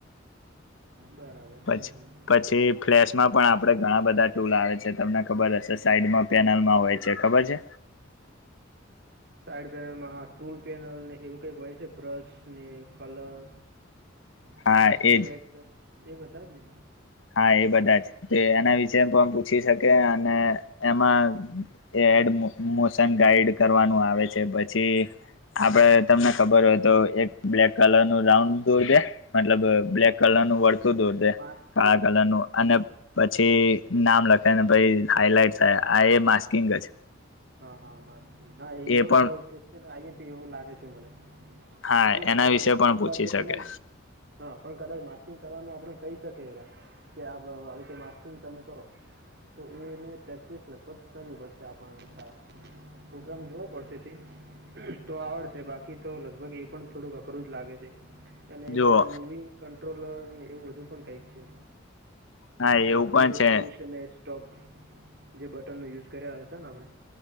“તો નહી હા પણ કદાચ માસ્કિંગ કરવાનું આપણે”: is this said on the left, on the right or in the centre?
Right